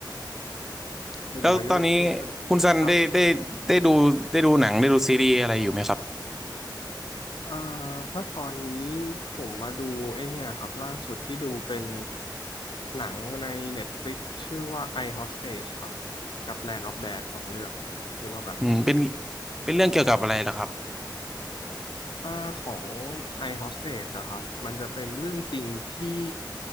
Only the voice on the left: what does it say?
แต่มันก็เป็นช่วงสนุกครับ
เอ่อถ้าตอนนี้ผมมาดูไอเนี่ยครับล่าสุดที่ดูเป็นหนังใน Netflix ชื่อว่า I Hostage ครับกับ Land of Bad สองเรื่องที่ว่าแบบ
ชอบถ้าของ I Hostage อะครับมันจะเป็นเรื่องจริงที่